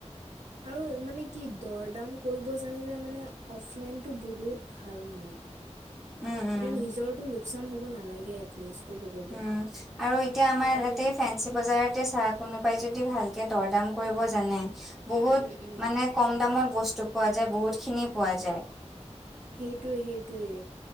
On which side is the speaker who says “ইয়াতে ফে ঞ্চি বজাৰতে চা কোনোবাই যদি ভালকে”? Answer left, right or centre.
Centre